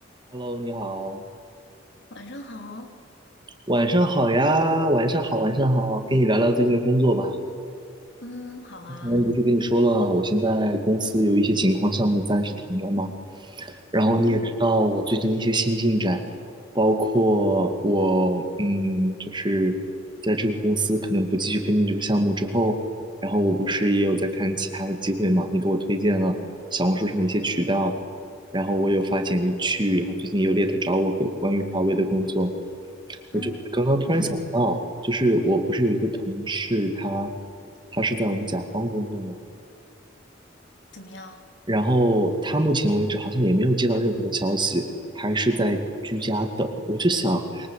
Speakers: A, on the right; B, on the left.
A: Hello，你好，
B: 晚上好，
A: 晚上好呀，晚上好，晚上好，跟你聊聊最近的工作吧。
B: 嗯，好啊，
A: 之前不是跟你说了，我现在公司有一些情况，项目暂时停了吗？然后你也知道我最近的一些新进展，
B: 嗯
A: 包括我嗯，就是在这个公司可能不继续跟进这个项目之后，然后我不是也有在看其他的机会嘛？你给我推荐了小红书上的一些渠道，然后我有发简历去，然后最近也有猎头找我关于华为的工作，
B: 嗯，
A: 我就刚刚突然想到，
B: 你最近
A: 就是我不是有一个同事他，他是在我们甲方工作嘛，
B: 怎么样？
A: 然后他目前为止好像也没有接到任何的消息，还是在居家等。我就想，